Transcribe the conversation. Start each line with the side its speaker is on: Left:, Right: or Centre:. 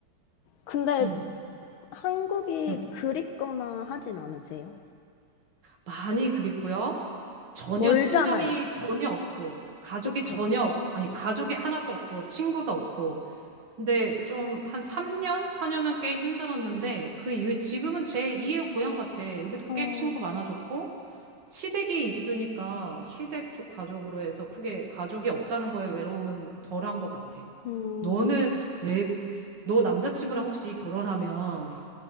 Left: 근데
Right: 음,
Left: 한국이
Right: 음.
Left: 그립거나 하진 않으세요?
Right: 많이 그립고요. 전혀
Left: 멀잖아요.
Right: 친정이 전혀 없고 가족이
Left: 그쵸?
Right: 전혀 없, 아니 가족이 하나도 없고 친구도 없고. 근데 좀 한 3년, 4년은 꽤 힘들었는데 그 이후에 지금은 제 2의 고향 같아. 여기도
Left: 어,
Right: 꽤 친구 많아졌고 시댁이 있으니까 시댁 쪽 가족으로 해서 크게 가족이 없다는 거에 외로움은 덜한 것 같아.
Left: 음,
Right: 너는 왜, 너 남자친구랑 혹시 결혼하면